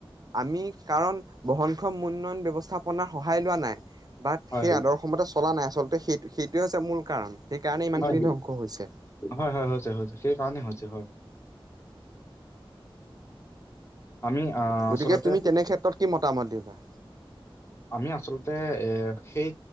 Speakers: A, on the right; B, on the left.
A: আমি কাৰণ বহনক্ষম উন্নয়ন ব্যৱস্থা। নাৰ সহায় লোৱা নাই বাট
B: হয়
A: সেই
B: হয়
A: আদৰ্শ মতে চলা নাই আচলতে। সেই সেইটোৱে হৈছে মূল কাৰণ সেইকাৰণেই ইমানখিনি
B: হয়,
A: ধ্বংস হৈছে।
B: হয়, হয় হৈছে হৈছে সেইকাৰণে হৈছে হয়। আমি আহ
A: গতিকে
B: আচলতে
A: তুমি তেনে ক্ষেত্ৰত কি মতামত দিবা?
B: আমি আচলতে এ সেই